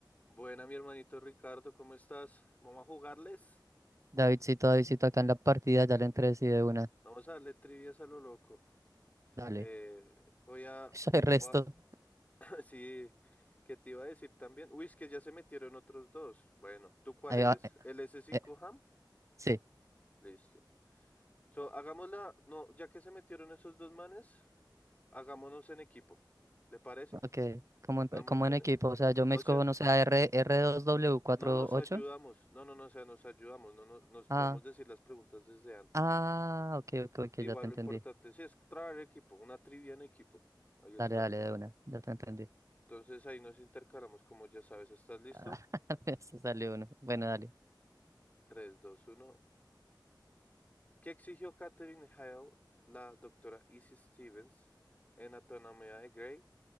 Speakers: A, on the left; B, on the right.
A: Buena, mi hermanito Ricardo, ¿cómo estás? Vamos a jugarles.
B: Davidcito, Davidcito, acá en la partida ya le entré sí de una.
A: Vamos a darle trivias a lo loco.
B: Dale.
A: Eh, voy a,
B: <laughs> eso Soy resto.
A: voy a- <coughs> <laughs> Sí, ¿qué te iba a decir también? Uy, es que ya se metieron otros dos. Bueno, ¿tú cuál
B: Ahí
A: eres?
B: va. eh,
A: El s 5
B: eh,
A: ham
B: Sí,
A: Listo. So, hagámosla. No, ya que se metieron esos dos manes, hagámonos en equipo. ¿Le parece?
B: ok. Como en,
A: Hagámonos
B: como en
A: en.
B: equipo, o sea, yo me
A: O
B: escojo,
A: sea,
B: no sé, a R, R2W48.
A: no nos ayudamos. No, no, no, o sea, nos ayudamos. No, no, nos podemos
B: Ah,
A: decir las preguntas desde antes.
B: ah, ok, ok, ok,
A: Igual
B: ya te entendí.
A: lo importante sí es trabajar en equipo, una trivia en equipo. Ahí está.
B: Dale, dale, de una, ya te entendí.
A: Entonces ahí nos intercalamos, como ya sabes, ¿estás listo?
B: Ah, <laughs> se salió uno. Bueno, dale.
A: tres dos uno ¿Qué exigió Catherine Hale, la doctora Izzy Stevens, en Anatomía de Grey